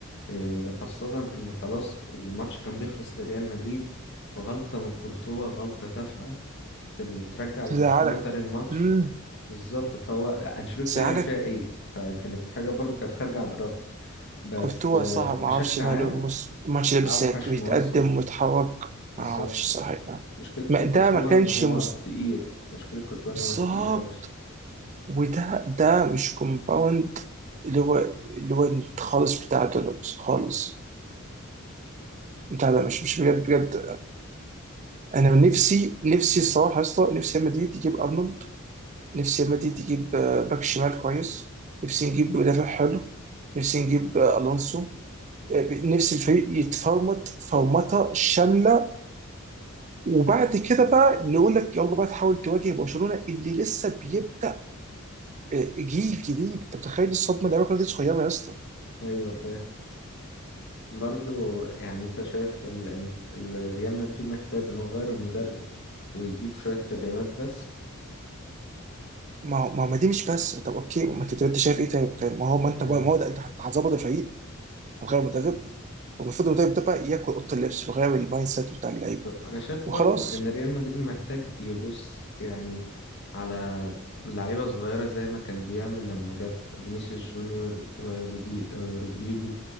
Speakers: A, on the left; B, on the right.
A: إيه، خاصه ان خلاص الماتش كان بيخلص لريال مدريد غلطه من كورتوا غلطه تافهه تل- ترجع
B: تزعلك
A: لبرشلونه تاني الماتش
B: امم
A: بالظبط فهو انشيلوتي
B: تزعلك
A: هيعمل فيها ايه فكانت حاجه برضو كانت خارجه عن ارادته بس
B: كورتوا
A: آه،
B: صعب
A: بشكل
B: ما اعرفش ماله
A: عام
B: المس- الماتش ده بالذات
A: اوحش
B: ويتقدم
A: مواسم
B: ويتحرك
A: بالظبط
B: ما اعرفش صراحة
A: مشكله كورتوا
B: ما ده ما كانش
A: ان هو
B: مس-
A: تقيل مشكله كورتوا
B: بالظبط
A: ان هو تقيل قوي
B: وده ده مش كومباوند اللي هو اللي هو خالص بتاع دولوز خالص بتاع مش مش بجد بجد انا من نفسي نفسي الصراحه يا اسطى نفسي ريال مدريد يجيب ارنولد نفسي ريال مدريد يجيب آه، باك شمال كويس نفسي نجيب مدافع حلو نفسي نجيب آه، الونسو آه، نفسي الفريق يتفرمط فرمطه شامله وبعد كده بقى نقول لك يلا بقى تحاول تواجه برشلونه اللي لسه بيبدا آه، جيل جديد انت متخيل الصدمه اللعيبه كلها دي صغيره يا اسطى
A: ايوه فاهم برضو يعني انت شايف ال- ال- ال- ريال مدريد محتاج ان هو يغير المدرب ويجيب شوية تدعيمات بس
B: ما هو ما هو- ما دي مش بس طب اوكي ما انت انت شايف ايه طيب طيب ما هو ما انت
A: هي-
B: ما هو ده انت هت- هتظبط الفريق هتغير مدرب والمفروض المدرب ده بقى ياكل اوضه اللبس ويغير المايند سيت بتاع اللعيبه
A: انا شايف
B: وخلاص
A: برضو ان ريال مدريد محتاج يبص يعني على لعيبة صغيرة زي ما كان بيعمل لما جاب فينيسيوس جونيور ورودي ورودريجو